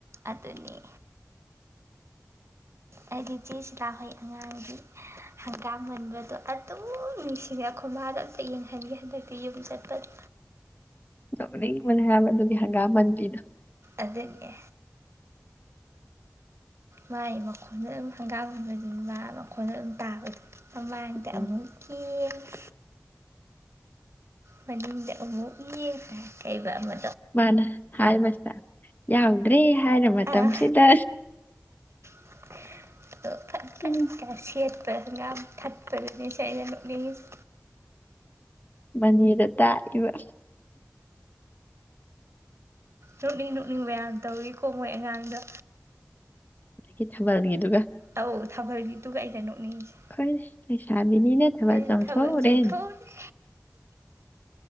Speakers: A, on the right; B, on the left.
A: ꯑꯗꯨꯅꯤ ꯑꯩꯗꯤ ꯆꯦ ꯁꯤꯂꯥ ꯍꯣꯏ ꯑꯉꯥꯡꯗꯤ ꯍꯪꯒꯥꯝ ꯃꯟꯕꯗꯣ ꯑꯗꯨꯝ ꯅꯤꯡꯁꯤꯡꯉꯦ ꯑꯩꯈꯣꯏ ꯃꯥꯗ ꯑꯝꯇ ꯌꯦꯡꯍꯟꯒꯦ ꯍꯟꯗꯛꯇꯤ ꯌꯨꯝ ꯆꯠꯄꯗ
B: ꯇꯧꯕꯅꯦ ꯍꯥꯏꯕ ꯑꯗꯨꯒꯤ ꯍꯪꯒꯥꯝ ꯃꯟꯗ꯭ꯔꯤꯗꯣ
A: ꯑꯗꯨꯅꯦ ꯃꯥꯒꯤ ꯃꯈꯣꯟꯅ ꯑꯗꯨꯝ ꯍꯪꯒꯥꯝꯕꯗꯨ ꯃꯥ ꯃꯈꯣꯟꯅ ꯑꯗꯨꯝ ꯇꯥꯕꯗꯨ ꯃꯃꯥꯡꯗ
B: ꯎꯝ
A: ꯑꯃꯨꯛ ꯌꯦꯡ <inaudible> ꯃꯅꯤꯡꯗ ꯑꯃꯨꯛ ꯌꯦꯡ ꯀꯩꯕ ꯑꯃ
B: ꯃꯥꯅꯦ ꯍꯥꯏꯕꯖꯤꯗ ꯌꯥꯎꯗ꯭ꯔꯦ ꯍꯥꯏꯔ ꯃꯇꯝꯁꯤꯗ
A: ꯑꯥ <inaudible> ꯐꯠ ꯐꯠ
B: ꯎꯝ,
A: ꯀꯥ ꯁꯦꯠ ꯕ ꯉꯥꯡ ꯊꯠꯄꯗꯨꯗꯤꯅꯤ ꯁꯦ ꯑꯩꯅ ꯅꫭꯛꯉꯤꯁꯦ
B: ꯃꯅꯤꯗ ꯇꯥꯛꯏꯕ
A: ꯅꯣꯠꯅꯤ ꯅꯨꯅꯤ ꯃꯌꯥꯝ ꯇꯧꯋꯀꯣ ꯃꯣꯏ ꯑꯉꯥꯡ ꯑꯩꯗ
B: ꯎꯝꯦ ꯊꯕ ꯅꯗꯨꯒ
A: ꯑꯧ ꯊꯥꯕꯜꯒꯤꯗꯨꯨꯒꯥꯏꯅ ꯅꯣꯛꯅꯤꯁꯦ
B: ꯑꯩꯈꯣꯏ ꯂꯩꯁꯥꯕꯤꯅꯤꯅ
A: ꯑꯦ
B: ꯆꯣꯡꯊꯣꯛꯎꯔꯦ
A: ꯊꯥꯕꯜ ꯆꯊꯣꯛꯅꯦ